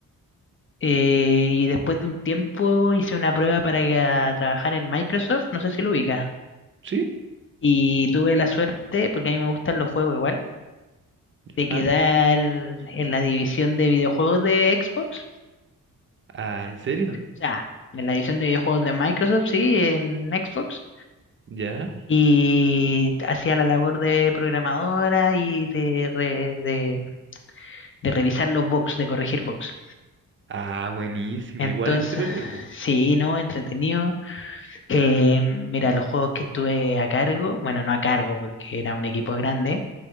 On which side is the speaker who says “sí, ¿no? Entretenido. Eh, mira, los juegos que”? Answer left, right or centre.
Left